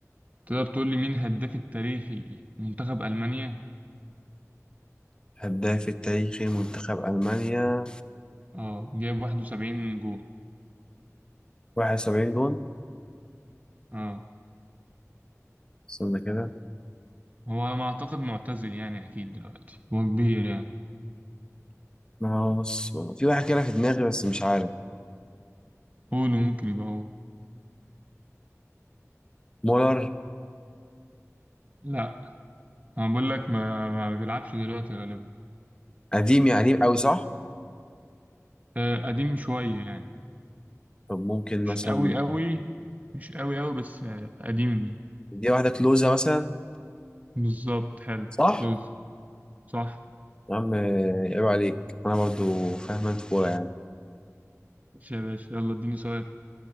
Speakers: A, on the right; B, on the left.
A: تقدر تقول لي مين هداف التاريخي منتخب المانيا
B: هداف التاريخي لمنتخب المانيا
A: اه جايب 71 جول
B: 71 جون
A: اه
B: استنى كده
A: هو على ما اعتقد معتزل يعني اكيد دلوقتي هو كبير يعني
B: ما هو بص في واحد كده في دماغي بس مش عارف
A: قوله ممكن يبقى هو
B: مولر
A: لا انا بقول لك ما, ما بيلعبش دلوقتي غالبا
B: قديم يعني قديم قوي صح؟
A: آه، قديم شوية يعني
B: طب ممكن
A: مش
B: مثلا
A: قوي قوي مش قوي قوي بس آه، قديم يعني.
B: دي واحدة كلوزة مثلا
A: بالظبط حلو
B: صح؟
A: كلوز صح
B: يا عم آه، عيب عليك أنا برضو فاهم أنت كورة يعني
A: ماشي يا باشا يلا اديني سؤال